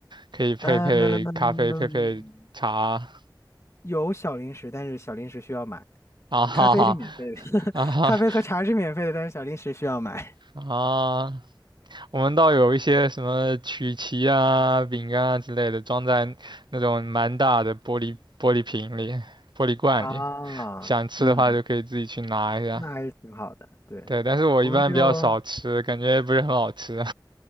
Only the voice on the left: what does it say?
嗯，
有小零食，但是小零食需要买。
咖啡是免费的，<laughs>
咖啡和茶是免费的，但是小零食需要买。
啊，
嗯，那还是挺好的。对，
我们就，